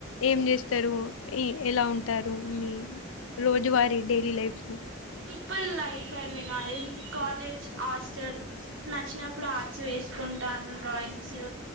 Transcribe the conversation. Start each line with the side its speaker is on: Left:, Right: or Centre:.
Left: ఏం చేస్తారు ఎలా ఉంటారు మీ. రోజు వారి డెలీ లైఫ్ ను.
Right: పుల్ లైఫ్ అండి నాది కాలేజ్ హాస్టల్ నచ్చినప్పుడు ఆర్ట్స్ వేస్కుంటా. Normal drawings.